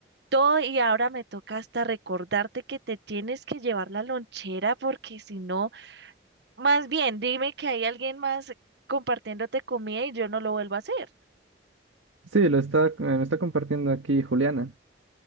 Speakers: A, on the right; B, on the right.
A: todo. Y ahora me toca hasta recordarte que te tienes que llevar la lonchera porque si no, más bien dime que hay alguien más compartiéndote comida y yo no lo vuelvo a hacer.
B: Sí, lo está, me está compartiendo aquí Juliana.